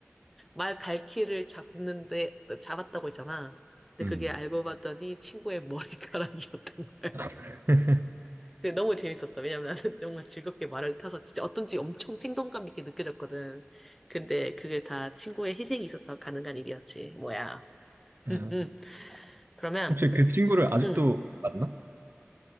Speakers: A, in the centre; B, on the right.
A: 말 갈퀴를 잡는데, 잡았다고 했잖아. 근데
B: 음.
A: 그게 알고 봤더니 친구의 머리카락이었던 거야. <laughs>
B: <laughs>
A: 근데 너무 재밌었어. 왜냐면 나는 <laughs> 정말 즐겁게 말을 타서 진짜 어떤지 엄청 생동감 있게 느껴졌거든. 근데 그게 다 친구의 희생이 있어서 가능한 일이었지. 뭐야.
B: 아,
A: <laughs> 그러면,
B: 혹시 그 친구를 아직도
A: 음.
B: 만나?